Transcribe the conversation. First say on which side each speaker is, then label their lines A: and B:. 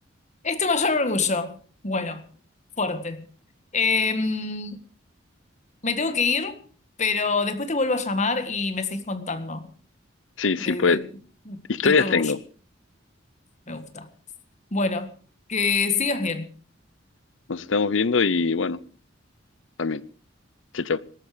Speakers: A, on the left (about 40°); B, on the left (about 75°).
A: es tu mayor orgullo. Bueno, fuerte. Em, me tengo que ir, pero después te vuelvo a llamar y me seguís contando
B: Sí,
A: de,
B: sí, pues
A: de
B: historias
A: de tu orgullo.
B: tengo.
A: Me gusta. Bueno, que sigas bien.
B: Nos estamos viendo y bueno, también. Chao, chao.